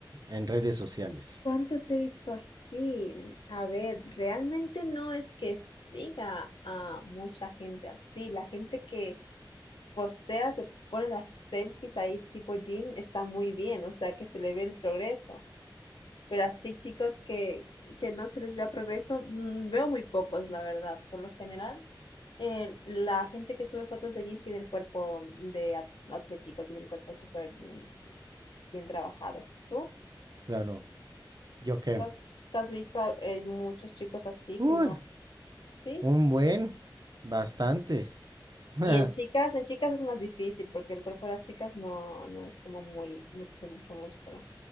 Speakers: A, on the right; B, on the left.
A: en redes sociales?
B: ¿Cuántos he visto así? A ver, realmente no es que siga a mucha gente así. La gente que postea, que pone las selfies ahí tipo Jim, está muy bien, o sea que se le ve el progreso. Pero así chicos que, que no se les vea progreso, mm, veo muy pocos, la verdad. Por lo general, eh, la gente que sube fotos de Jim tiene el cuerpo de at- atlético, tiene el cuerpo súper mm, bien trabajado. ¿Tú?
A: Claro. ¿Yo qué?
B: has, te has visto a- eh, muchos chicos así
A: Uy,
B: que no, sí.
A: un buen. Bastantes. <laughs>
B: Y en chicas, en chicas es más difícil porque el cuerpo de las chicas no, no es como muy, muy- de mucho músculo.